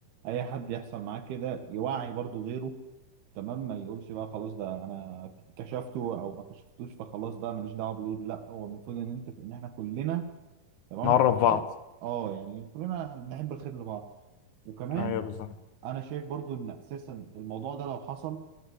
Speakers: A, on the right; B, on the left.
A: أي حد يحصل معاه كده يوعي برضو غيره تمام ما يقولش بقى خلاص ده انا كشفته او ما كشفتوش فخلاص بقى ماليش دعوه بيه لا هو المفروض ان انت ان احنا كلنا تمام
B: نقرب بعض
A: اه يعني كلنا نحب الخير لبعض وكمان
B: ايوه بالظبط
A: انا شايف برضو ان اساسا الموضوع ده لو حصل